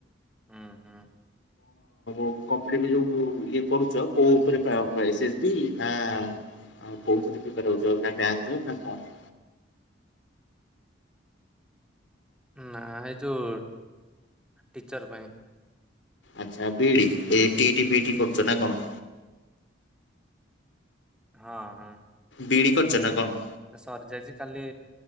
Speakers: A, in the centre; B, on the left (about 70°).
A: ହୁଁ ହୁଁ
B: <unintelligible> ଯୋଉ ଇଏ କରୁଚ କୋଉ ଉପରେ ପ୍ରାୟ ଏସ୍, ଡି ନା ଆ କୋଉଥିରେ ପ୍ରିପାର ହଉଛ ବ୍ୟାଙ୍କ ରେ ନା କଣ?
A: ନା ଏଇ ଯୋଉ ଟିଚର ପାଇଁ।
B: ଆଚ୍ଛା B, D A, T, D, B, D କରୁଛ ନା କଣ?
A: ହଁ ହଁ।
B: ବି, ଡ଼ି କରିଛ ନା କଣ?
A: ସରିଯାଇଛି ଖାଲି